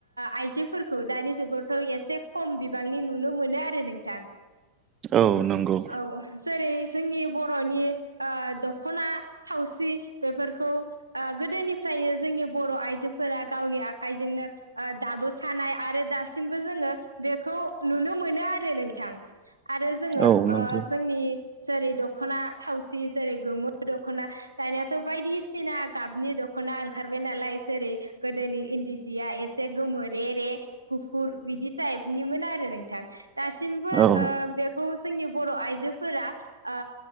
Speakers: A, on the right; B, on the right.
A: आइजोफोरखौ दानि जुगावथ' एसे खम बिबां बांनि नुनो मोनो आरो नोंथां।
B: औ नंगौ
A: औ जेरै जोंनि बर'नि ओ दख'ना थावसि बेफोरखौ ओ गोदोनिफ्राय नो जोंनि बर' आइजोफोरा गावनि आखाइजोंनो ओ दाबोखानाय आरो दासिमबो जोङो बे खौ नुनो मोनो आरो नोंथां। आरो जोङो
B: औ नंगौ
A: ओ जोंनि जेरै दख'ना थावसि जेरै गोमो दख'ना दानियाथ' बायदि सिना गाबनि दख'ना ओंखारबाय नालाय जेरै गोदोनि इन्दि जिया एसे गोमो रे रे गुफुर बिदि टाइप मोन आरो नोंथां। दासिमबो
B: औ
A: ओ बेखौ जोंनि बर' आइजोफोरा ओ